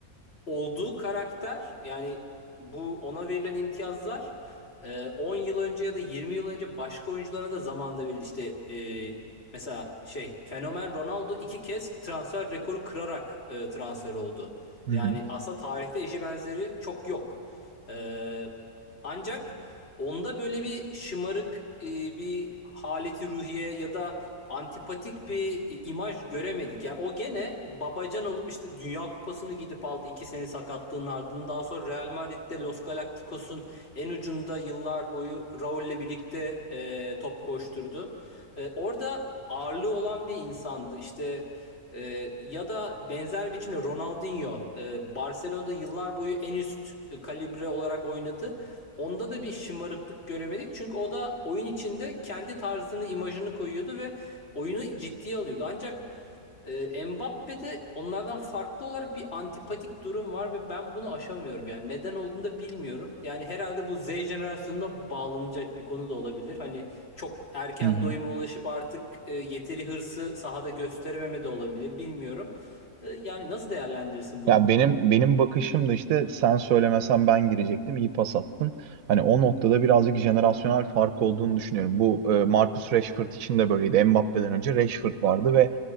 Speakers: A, on the left; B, on the right.
A: olduğu karakter yani bu ona verilen imtiyazlar e, 10 yıl önce ya da 20 yıl önce başka oyunculara da zamanında verildi. İşte e, mesela şey Fenomen Ronaldo iki kez transfer rekoru kırarak e, transfer oldu.
B: Hı
A: Yani
B: hı.
A: aslında tarihte eşi benzeri çok yok. E, ancak onda böyle bir şımarık e, bir haleti ruhiye ya da antipatik bir e, imaj göremedik. Yani o gene babacan olup işte Dünya Kupası'nı gidip aldı iki sene sakatlığın ardından. Daha sonra Real Madrid'de Los Galacticos'un en ucunda yıllar boyu Raul'le birlikte e, top koşturdu. E, orada ağırlığı olan bir insandı. İşte e, ya da benzer biçimde Ronaldinho e, Barcelona'da yıllar boyu en üst e, kalibre olarak oynadı. Onda da bir şımarıklık göremedik. Çünkü o da oyun içinde kendi tarzını, imajını koyuyordu ve oyunu ciddiye alıyordu. Ancak e, Mbappe'de onlardan farklı olarak bir antipatik durum var ve ben bunu aşamıyorum. Yani neden olduğunu da bilmiyorum. Yani herhalde bu Z jenerasyonuna bağlanacak bir konu da olabilir. Hani çok erken
B: Hı hı.
A: doyuma ulaşıp artık e, yeteri hırsı sahada gösterememe de olabilir. Bilmiyorum. E, yani nasıl değerlendirirsin bunu?
B: Ya benim benim bakışım da işte sen söylemesen ben girecektim, iyi pas attın. Hani o noktada birazcık jenerasyonel fark olduğunu düşünüyorum. Bu e, Marcus Rashford için de böyleydi. Mbappe'den önce Rashford vardı ve